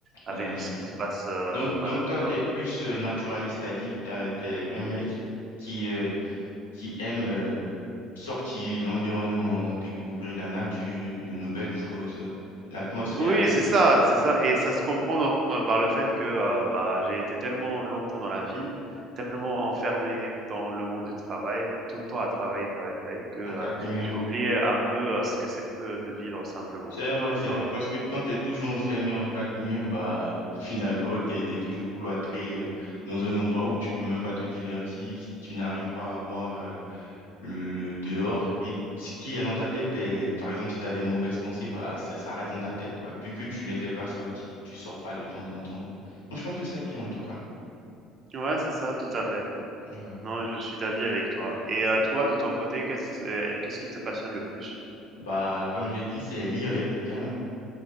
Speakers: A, on the right; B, on the left.
A: avec
B: La nature.
A: ce qui se passe, heu,
B: Donc,
A: voilà
B: donc toi,
A: dehors.
B: tu es plus euh, naturaliste, c'est-à-dire que tu es un mec qui, euh, qui aime euh, sortir l'environnement, découvrir la nature, de nouvelles choses, euh, l'atmosphère
A: Oui, c'est ça, c'est ça et ça se comprend dans euh, par le fait que, heu, bah, j'ai été tellement longtemps dans la ville, tellement enfermé dans le monde du travail, tout le temps à travailler, travailler, travailler que, heu,
B: en quatre murs.
A: j'ai oublié un peu, heu, ce que c'est que de vivre simplement
B: C'est vrai, c'est
A: et donc
B: vrai, parce que quand tu es toujours enfermé en quatre murs, bah, finalement, tu es, toujours cloîtré euh, dans un endroit où tu peux même pas te divertir, si tu n'arrives pas à voir euh, le, le dehors et ce qui est dans ta tête, et, par exemple, si tu as des mauvaises pensées, bah, ça, ça reste dans ta tête, quoi. Vu que tu les fais pas sortir, tu sors pas de temps en temps. Moi, je pense que c'est bien, en tout cas.
A: ouais, c'est ça, tout à fait.
B: Voilà.
A: Non, je suis d'avis avec toi et à toi, de ton côté, qu'est-ce, heu, qu'est-ce qui te passionne le plus?
B: Bah, comme j'ai dit, c'est lire les bouquins. hein.